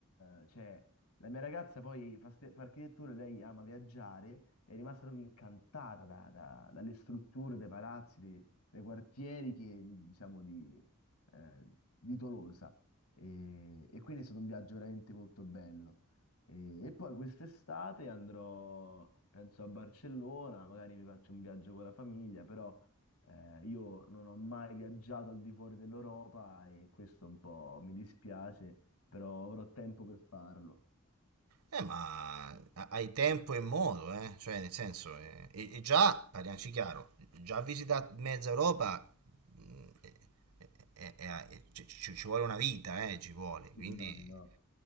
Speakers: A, on the left; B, on the right.
A: eh, cioè, la mia ragazza poi fa, fa architettura, lei ama viaggiare è rimasta proprio incantata da- da- dalle strutture dei palazzi, dei, dei quartieri che, di- diciamo, di, eh, di Tolosa. E, e quindi è stato un viaggio veramente molto bello. E, e poi quest'estate andrò, penso, a Barcellona, magari mi faccio un viaggio con la famiglia, però eh, io non ho mai viaggiato al di fuori dell'Europa e questo un po' mi dispiace, però avrò tempo per farlo.
B: Eh, ma ha- hai tempo e modo, eh? Cioè, nel senso, eh, e, e già, parliamoci chiaro, già visitato mezza Europa, mh, eh, eh, eh, eh, eh, ci, ci- ci vuole una vita, eh, ci vuole,
A: Sì,
B: quindi...
A: No, no.